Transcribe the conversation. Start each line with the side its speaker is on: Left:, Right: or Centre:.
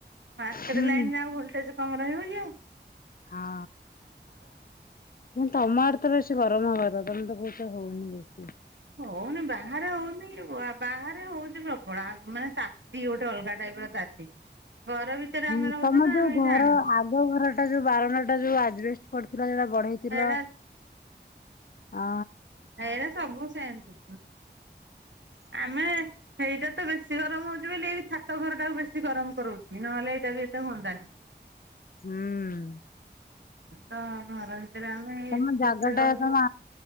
Right: ମାର୍କେଟ
Left: ହୁଁ
Right: ଲାଇନରେ ଆଉ ଭୋଲଟେଜ କମ୍। <unintelligible>
Left: ହଁ।
Right: <inaudible>
Left: ତମ ଆଡ୍ ବେଶୀ ଗରମ ହବ। ତମେ ତ କହୁଚ ହଉନି ବେଶୀ।
Right: ହଉନି ବାହାରେ ହଉନି ବାହାରେ ହଉଛି ପ୍ରବଳ ମାନେ ତାତି ଗୋଟେ ଅଲଗା ଟାଇପ ର ତାତି। ଘର ଭିତରେ
Left: ହଁ
Right: ଆମେ ରହୁଛୁ
Left: ତମ
Right: ନା
Left: ଯୋଉ
Right: ଆମେ
Left: ଘର
Right: ଜାଣିନୁ
Left: ଆଗ ଘର ଟା ଯୋଉ ବାରଣ୍ଡା ଟା ଯୋଉ ଆଜବେଷ୍ଟ ପଡ଼ିଥିଲା ଯୋଉଟା ବଢେଇଥିଲ
Right: ଏଇଟା
Left: ଆ
Right: ଏରା ସବୁ ସେନ୍ତି। ଆମେ ଏଇଟା ତ ବେଶୀ ଗରମ ହଉଛି ବୋଲି ଏଇ ଛାତ ଘର ଟାକୁ ବେଶୀ ଗରମ କରଉଛି ନହେଲେ ବି ଏତେ ହୁଅନ୍ତାନି।
Left: ହୁଁ।
Right: ତ ଘର ଭିତରେ ଆମେ
Left: ତମ
Right: ଏସି
Left: ଜାଗା
Right: ଫେସି ରେ ରହୁ
Left: ଟା ତମ